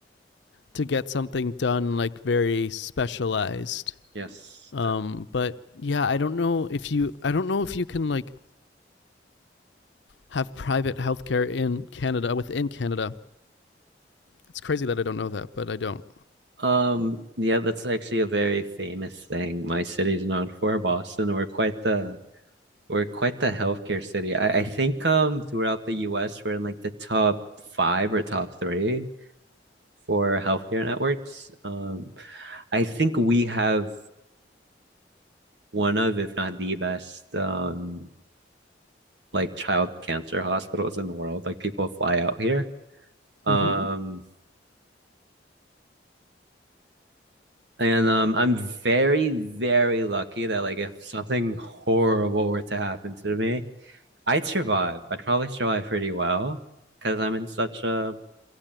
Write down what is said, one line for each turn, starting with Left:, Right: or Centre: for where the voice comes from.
Left: to get something done like very specialized.
Right: Yes,
Left: Um, but yeah, I don't know if you I don't know if you can like have private healthcare in Canada, within Canada. It's crazy that I don't know that, but I don't.
Right: Um, yeah, that's actually a very famous thing my city is known for, Boston. We're quite the we're quite the healthcare city. I, I think um throughout the US we're in like the top five or top three for healthcare networks. Um, I think we have one of, if not the best, um like child cancer hospitals in the world. Like people fly out here. Mhm.
Left: Mm-hmm.
Right: Um and um, I'm very, very lucky that like if something horrible were to happen to me, I'd survive. I'd probably survive pretty well because I'm in such a